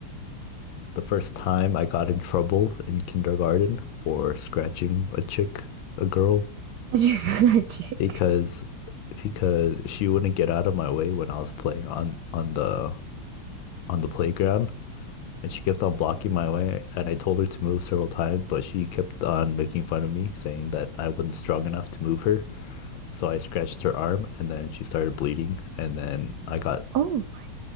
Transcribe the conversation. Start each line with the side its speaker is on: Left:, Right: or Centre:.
Left: the first time I got in trouble in kindergarten for scratching a chick, a girl,
Right: Magic, <laughs> magic.
Left: because because she wouldn't get out of my way when I was playing on on the on the playground. And she kept on blocking my way, and I told her to move several times, but she kept on making fun of me, saying that I wasn't strong enough to move her. So I scratched her arm, and then she started bleeding, and then I got
Right: Oh my